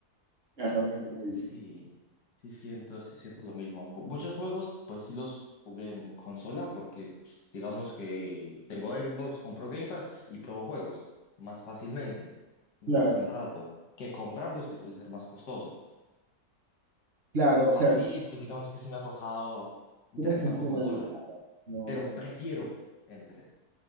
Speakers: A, on the right; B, on the left.
A: es realmente muy
B: sí,
A: difícil.
B: sí siento, sí siento lo mismo. Mu- Muchos juegos, pues sí los jugué en, en consola porque digamos que tengo Xbox, compro Game Pass y pruebo juegos más fácilmente durante
A: Claro,
B: un rato que comprarlos, que suele ser más costoso.
A: claro, o
B: Así,
A: sea,
B: pues digamos que sí me ha tocado interactuar
A: ¿cómo funciona?
B: con consola,
A: el- no,
B: pero prefiero en PC.